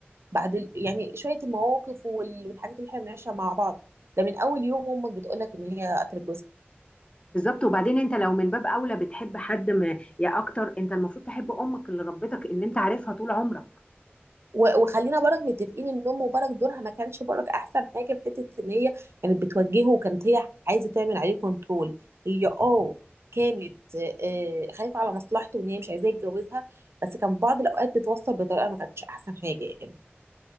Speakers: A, on the right; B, on the left.
A: بعد ال- يعني شويه المواقف وال- والحاجات اللي احنا بنعيشها مع بعض ده من اول يوم امك بتقول لك ان هي قتلت جوزها
B: بالظبط وبعدين انت لو من باب اولى بتحب حد ما يا اكتر انت المفروض تحب امك اللي ربتك اللي انت عارفها طول عمرك
A: و- وخلينا برك متفقين ان ام برك دورها ما كانش برك احسن حاجه في حته ان هي كانت بتوجهه وكانت هي عايزه تعمل عليه كنترول هي اه كانت آه، خايفه على مصلحته وان هي مش عايزاه يتجوزها بس كان في بعض الاوقات بتوصل بطريقه ما كانتش احسن حاجه يعني